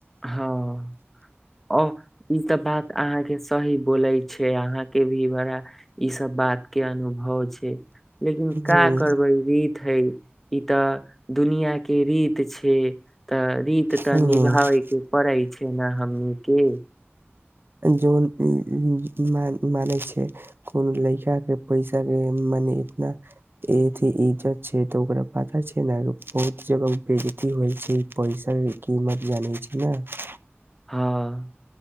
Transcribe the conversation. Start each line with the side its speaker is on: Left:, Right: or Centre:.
Centre: हँ ओ ई तऽ बात अहाँके सही बोलै छै अहाँकेँ भी बड़ा ई सब बात के अनुभव छै लेकिन
Right: हूं
Centre: का करबै रीत हइ ई तऽ दुनिया के रीत छै तऽ रीत तऽ
Right: हूं
Centre: निभाबै केँ परै छै नऽ हमनीकेँ
Right: जन इ ई मान माने छै कोनो लइकाकेँ पैसाकेँ मने इतना एथी इज्जत छै तऽ ओकरा पता छै नऽ अहाँकेँ बहुत जगह उ बेजज्ती होइ छै पैसाकेँ किमत जानै छै नऽ
Centre: हँ